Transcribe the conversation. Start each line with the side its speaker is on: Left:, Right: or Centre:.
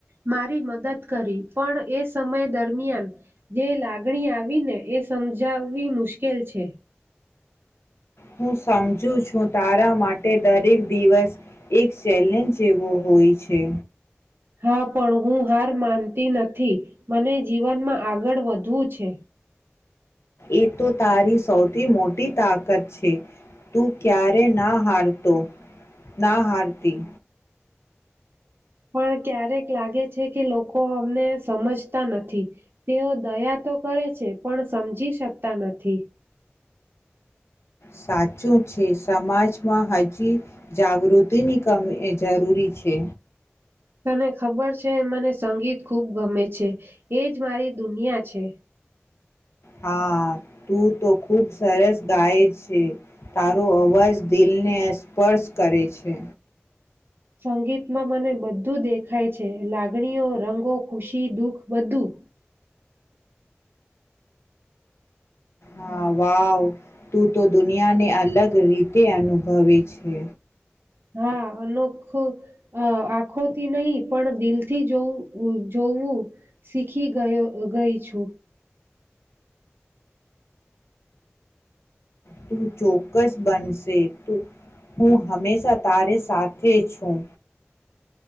Right: મારી મદદ કરી પણ એ સમય દરમિયાન જે લાગણી આવી ને એ સમજાવવી મુશ્કેલ છે.
Left: હું સમજુ છું તારા માટે દરેક દિવસ એક ચેલેન્જ જેવો હોય છે.
Right: હા પણ હું હાર માનતી નથી મને જીવનમાં આગળ વધવું છે.
Left: એ તો તારી સૌથી મોટી તાકત છે તું ક્યારે ના હારતો ના હારતી.
Right: પણ ક્યારેક લાગે છે કે લોકો અમને સમજતા નથી તેઓ દયા તો કરે છે પણ સમજી શકતા નથી.
Left: સાચું છે સમાજમાં હજી જાગૃતિની કમી જરૂરી છે.
Right: તને ખબર છે મને સંગીત ખૂબ ગમે છે એ જ મારી દુનિયા છે.
Left: હા તું તો ખૂબ સરસ ગાય છે તારો અવાજ દિલને સ્પર્શ કરે છે.
Right: સંગીતમાં મને બધું દેખાય છે લાગણીઓ રંગો ખુશી દુઃખ બધું.
Left: હ વાવ તું તો દુનિયાને અલગ રીતે અનુભવે છે.
Right: હા અનોખુ આંખોથી નહી પણ દિલથી જોવું જોવું શીખી ગયો ગઈ છું.
Left: તું ચોક્કસ બનશે તું હું હંમેશા તારે સાથે છું.